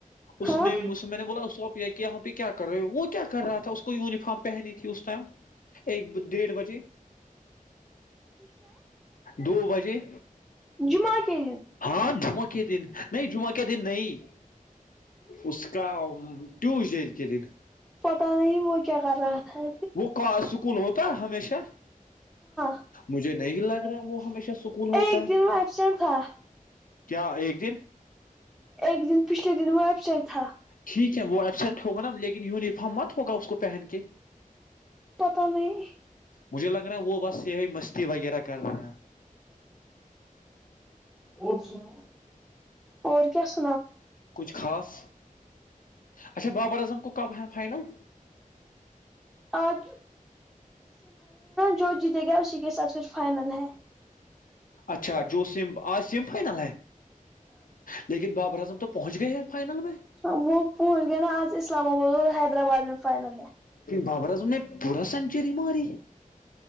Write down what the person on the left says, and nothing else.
اس
نے مجھ سے میں نے بولا کہ یہاں پہ کیا کر رہے ہو وہ کیا کر رہا یونیفارم پہنی تھی اس ٹائم ایک ڈیڑھ بجے دو بجے
ہاں جمعہ کے دن نہیں جمعہ کے دن نہیں اس کا ٹیوزڈے کے دن
وہ اسکول ہوتا ہے ہمیشہ
مجھے نہیں لگ رہا وہ ہمیشہ سکول ہوتا
ہے
کیا ایک دن
ٹھیک ہے وہ ایبسینٹ ہوگا نا لیکن یونیفارم مت ہوگا اس کو پہن کے
مجھے لگ رہا ہے وہ بس یہی مستی وغیرہ کر رہے ہیں
کچھ خاص اچھا بابر اعظم کو کب ہے فائنل
اچھا
جو سم آج سیم فائنل ہے لیکن بابر اعظم تو پہنچ گئے ہیں فائنل میں
بابرز نے پورا سینچری ماری